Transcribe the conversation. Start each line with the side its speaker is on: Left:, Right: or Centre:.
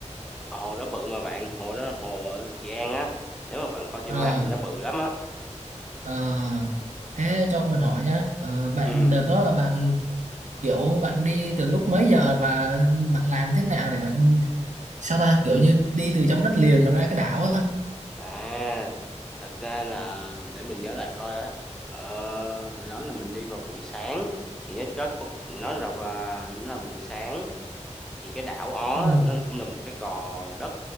Centre: hồ đó bự mà bạn, hồ đó hồ ở Trị An á, nếu mà bạn coi trên
Right: à,
Centre: map thì nó bự lắm á.
Right: à, thế cho mình hỏi nhá Ờ, bạn
Centre: Ừm.
Right: đợt đó là bạn kiểu bạn đi từ lúc mấy giờ và bạn làm thế nào để bạn sao ta kiểu như đi từ trong đất liền mà ra cái đảo á
Centre: À, thật ra là để mình nhớ lại coi á, ờ, hồi đó là mình đi vào buổi sáng thì nó chót có nó là à, nó là buổi sáng thì cái đảo Ó
Right: Ừ.
Centre: nó cũng là một cái gò đất,